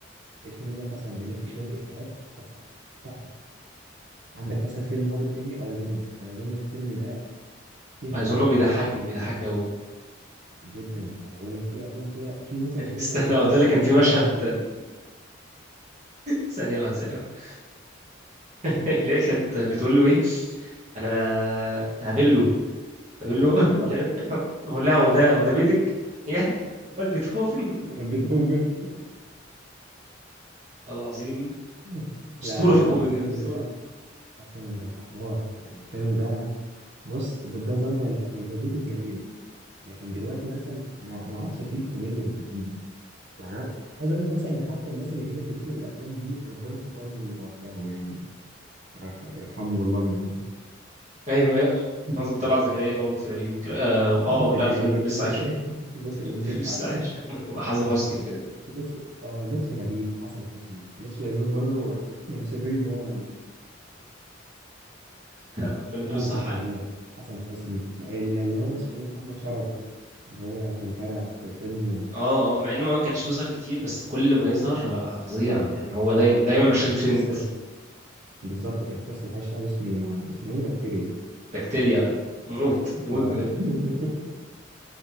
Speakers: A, on the right; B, on the right.
A: الفيلم ده قسما بالله فيه شويه افيهات تحفه تحفه عندك مثلا فيلم هابط تاني ايظن ايظن الفيلم ده كنز
B: أظنه
A: افيهات
B: بيضحكني بيضحكني أوي برضه
A: جدا انا بقول لك في افلام كده في مثلا
B: <laughs>
A: فيلم
B: استنى
A: آه،
B: هو ده اللي
A: عليا
B: كان في
A: الطرب
B: مشهد
A: بالثلاثه
B: ثانية واحدة ثانية واحدة <laughs> اللي هي كانت بتقول له إيه أنا هقابله هقابله <laughs> مش عارف بقول لها هو ده هو ده بيتك يا أمال بيتهوفن
A: بيتهوفن
B: والله العظيم
A: <laughs> لا
B: أسطورة
A: لا لا
B: في
A: لا
B: الكوميديا
A: لا، الفيلم
B: أسطورة
A: ده قسما بالله حوار يعني الفيلم ده بص ده, ده زمن اله- الهبوط الجميل لكن دلوقتي مثلا ما ما عادش فيه الكوميديا اللي بتجيب دي يعني انا عايز اقول لك مثلا ان حتى الناس اللي كانت بتسند الافلام دي ربنا افتكرهم وتوفاهم يعني رايح يرحمهم الله جميعا
B: ايوه ايوه قصدك طلعت زكريا بقى ولطفي لبيب والكلام اه آه،
A: طلعت زكريا
B: لا لطفي لبيب لسه
A: لطفي
B: عايش
A: <laughs> لطفي لبيب
B: <laughs>
A: لسه
B: لسه
A: عايش
B: عايش <laughs> وحسن حسني وكده
A: لطفي اه لطفي لبيب حسن حسني لطفي لبيب برضه هو- <laughs> احنا مصرين ان هو عايش
B: <laughs> من الدول
A: طلعت
B: الصح
A: زكريا
B: يا عم
A: حسن حسني ال- اللي هو اسمه ايه محمد شرف ده اللي هو كان طالع في فيلم
B: اه اه مع انه ما كانش بيظهر كتير بس كل ما يظهر آه، فظيع يعني هو
A: اه, آه
B: دايما دايما مشهد
A: كان في
B: ترند
A: قصة بالظبط كان في قصة الحي الشعبي اسمه اسمه ايه بكتيريا
B: بكتيريا موت موت
A: آه.
B: بجد
A: <laughs>